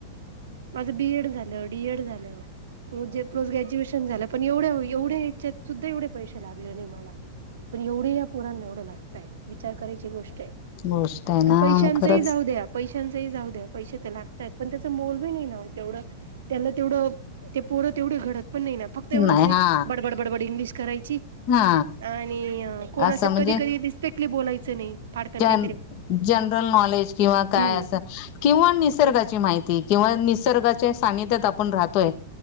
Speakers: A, on the right (about 80°); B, on the left (about 45°).
A: माझ बीएड झालं डीएड झालंे प ग्रॅ्युएशन झा पण एवढ्या एवढ्या ह्याच्यात सुद्धा एवढे पैसे लागले नाही मला पण एवढी या पुळना एवढं लागतय विचार करायची गोष्ट आहे
B: गोष्ट आहे
A: आणि
B: ना
A: पैशांच
B: मग खरंच
A: जाऊ द्या पैश जाऊ द्या पै लागतात पण त्याच मोल नाही तेवढं त्याला तेवढ तेर तेवढे घडत पण नाही ना फक् एवढच
B: नाही
A: आहे
B: हा
A: बडबड बडबड इंग्िश करायच
B: हा
A: आणि कोणा
B: असं म्हणजे
A: कधी कधी रिस्पेक्टली बोलायचं नाही फडकन काही
B: न क का
A: हम्म
B: निा माहिती नि सगित य राहतोय